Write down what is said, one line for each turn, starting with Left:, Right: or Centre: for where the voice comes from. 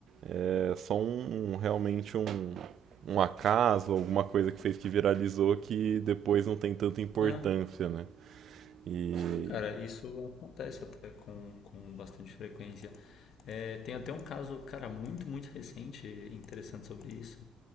Right: É só um, um- realmente um, um acaso, alguma coisa que fez que viralizou que depois não tem tanta importância,
Left: ah,
Right: né? E.
Left: sim, cara, isso acontece até com, com bastante frequência. É, tem até um caso, cara, muito, muito recente, interessante sobre isso,